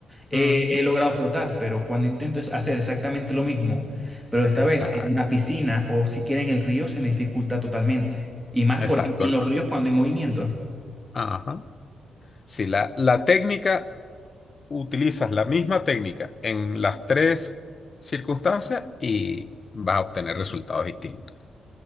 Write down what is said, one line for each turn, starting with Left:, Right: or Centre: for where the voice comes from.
Centre: eh,
Left: Ujú.
Centre: he logrado flotar, pero cuando intento es hacer exactamente lo mismo, pero esta vez
Left: Exacto,
Centre: en una piscina o siquiera en el río se me dificulta totalmente. Y más,
Left: exacto.
Centre: por ejemplo, en los ríos cuando hay movimiento.
Left: Ajá. Si la, la técnica, utilizas la misma técnica en las tres circunstancias y vas a obtener resultados distintos.